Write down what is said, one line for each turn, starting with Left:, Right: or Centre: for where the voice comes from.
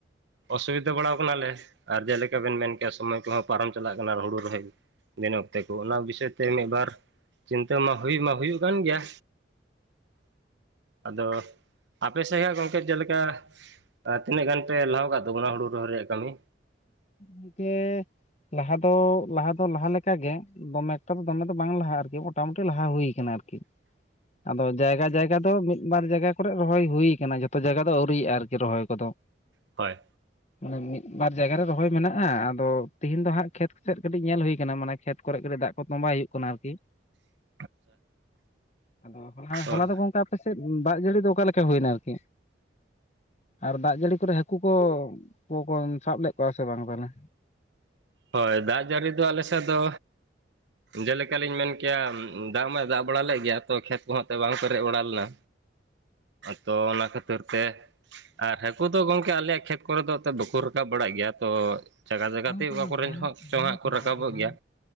Right: ᱚᱥᱩᱵᱤᱫᱷᱟ ᱵᱟᱲᱟ ᱣᱟᱠᱟᱱᱟᱞᱮ ᱟᱨ ᱡᱮᱞᱮᱠᱟ ᱵᱮᱱ ᱢᱮᱱ ᱠᱮᱭᱟ ᱥᱚᱢᱚᱭ ᱠᱚᱦᱚᱸ ᱯᱟᱨᱚᱢᱼᱼ ᱪᱟᱞᱟᱜ ᱠᱟᱱᱟ ᱟᱨ ᱦᱩᱲᱩ ᱨᱚᱦᱚᱭ ᱫᱤᱱ ᱚᱠᱛᱮ ᱠᱚ ᱚᱱᱟ ᱵᱤᱥᱚᱭ ᱛᱮ ᱢᱤᱫᱼ ᱵᱟᱨᱼᱼ ᱪᱤᱱᱛᱟᱹ ᱢᱟ ᱦᱩᱭ ᱢᱟ ᱦᱩᱭᱩᱜ ᱠᱟᱱ ᱜᱮᱭᱟ ᱟᱫᱚ, ᱟᱯᱮ ᱥᱮᱼᱟᱜ ᱜᱚᱝᱠᱮ ᱡᱮᱞᱮᱠᱟ ᱛᱤᱱᱟᱹᱜ ᱜᱟᱱ ᱯᱮ ᱞᱟᱦᱟ ᱣᱟᱠᱟᱫ ᱛᱟᱵᱚᱱᱟ ᱦᱩᱲᱩ ᱨᱚᱦᱚᱭ ᱨᱮᱭᱟᱜ ᱠᱟᱹᱢᱤ?
Left: ᱜᱚᱝᱠᱮ ᱞᱟᱦᱟ ᱫᱚ ᱞᱟᱦᱟ ᱫᱚ ᱞᱟᱦᱟ ᱞᱮᱠᱟᱜᱮᱼᱼ ᱫᱚᱢᱮ ᱮᱠᱴᱟ ᱫᱚ ᱫᱚᱢᱮ ᱫᱚ ᱵᱟᱝ ᱞᱟᱦᱟ ᱟᱨᱠᱤ ᱢᱚᱴᱟᱢᱩᱴᱤ ᱞᱟᱦᱟ ᱦᱩᱭ ᱟᱠᱟᱱᱟ ᱟᱨᱠᱤ ᱟᱫᱚ ᱡᱟᱭᱜᱟ-ᱡᱟᱭᱜᱟ ᱫᱚ ᱢᱤᱫ ᱵᱟᱨ ᱡᱟᱭᱜᱟ ᱠᱚᱨᱮ ᱨᱚᱦᱚᱭ ᱦᱩᱭᱩ ᱠᱟᱱᱟ ᱡᱚᱛᱚ ᱡᱟᱭᱜᱟ ᱫᱚ ᱟᱹᱣᱨᱤᱭᱟᱜᱼᱟ ᱟᱨᱠᱤ ᱨᱚᱦᱚᱭ ᱠᱚᱫᱚ᱾
Right: ᱦᱳᱭ᱾
Left: ᱢᱟᱱᱮ ᱢᱤᱫ ᱵᱟᱨᱼᱼ ᱡᱟᱭᱜᱟ ᱨᱮ ᱨᱚᱦᱚᱭ ᱢᱮᱱᱟᱜᱼᱟ ᱟᱫᱚ ᱛᱤᱦᱤᱧ ᱫᱚ ᱦᱟᱸᱜ ᱠᱷᱮᱛ ᱥᱮᱫ ᱠᱟᱹᱴᱤᱡ ᱧᱮᱞ ᱦᱩᱭ ᱟᱠᱟᱱᱟ ᱢᱟᱱᱮ ᱠᱷᱮᱛ ᱠᱚᱨᱮᱜ ᱠᱟᱹᱴᱤᱡ ᱫᱟᱜ ᱠᱚ ᱛᱚᱸᱵᱟᱭ ᱦᱩᱭᱩᱜ ᱠᱟᱱᱟ᱾ ᱠᱟᱱᱟ ᱟᱨᱠᱤᱼᱼ
Right: <inaudible>
Left: ᱟᱫᱚ ᱦᱚᱞᱟ,
Right: ᱦᱳᱭ
Left: ᱦᱚᱞᱟ ᱫᱚ ᱜᱚᱝᱠᱮ ᱟᱯᱮ ᱥᱮᱫ ᱫᱟᱜ ᱡᱟᱹᱲᱤ ᱫᱚ ᱚᱠᱟᱞᱮᱠᱟ ᱦᱩᱭᱮᱱᱟ ᱟᱨᱠᱤᱼᱼ ᱟᱨ ᱫᱟᱜ ᱡᱟᱹᱲᱤ ᱠᱚᱨᱮ ᱦᱟᱹᱠᱩ ᱠᱚ ᱠᱚᱠᱚ ᱥᱟᱵ ᱞᱮᱫ ᱠᱚᱣᱟ ᱥᱮ ᱵᱟᱝ ᱛᱟᱞᱦᱮ
Right: ᱦᱳᱭ ᱫᱟᱜ ᱡᱟᱹᱲᱤ ᱫᱚ ᱟᱞᱮ ᱥᱮᱫ ᱫᱚ ᱡᱮᱞᱮᱠᱟᱞᱤᱧ ᱢᱮᱱ ᱠᱮᱭᱟ ᱫᱟᱜ ᱢᱟᱭ ᱫᱟᱜ ᱵᱟᱲᱟ ᱞᱮᱫ ᱜᱮᱭᱟ ᱛᱚ ᱠᱷᱮᱛ ᱠᱚᱦᱟᱸᱜ ᱛᱮ ᱵᱟᱝ ᱯᱮᱨᱮᱡ ᱵᱟᱲᱟ ᱞᱮᱱᱟ ᱛᱚ ᱚᱱᱟ ᱠᱷᱟᱹᱛ ᱛᱳᱨᱛᱮ ᱟᱨ ᱦᱟᱹᱠᱩ ᱫᱚ ᱜᱚᱝᱠᱮ ᱟᱞᱮᱭᱟᱜ ᱠᱷᱮᱛ ᱠᱚᱨᱮ ᱫᱚ ᱵᱟᱠᱩ ᱨᱟᱠᱟᱵ ᱵᱟᱲᱟᱜ ᱜᱮᱭᱟ ᱛᱚ ᱡᱟᱜᱟ
Left: ᱵᱟᱝ ᱜᱚᱝᱠᱮ
Right: ᱛᱮ ᱚᱠᱟ
Left: ᱚᱱᱟ
Right: ᱠᱚᱨᱮᱱ
Left: ᱵᱟᱸᱫ
Right: ᱦᱚᱸ ᱪᱚᱝ
Left: ᱵᱟᱸᱫ
Right: ᱦᱟᱜ
Left: ᱠᱚᱨᱮ
Right: ᱠᱚ ᱨᱟᱠᱟᱵᱚᱜ
Left: ᱟᱨᱠᱤ ᱵᱟᱸᱫ
Right: ᱜᱮᱭᱟ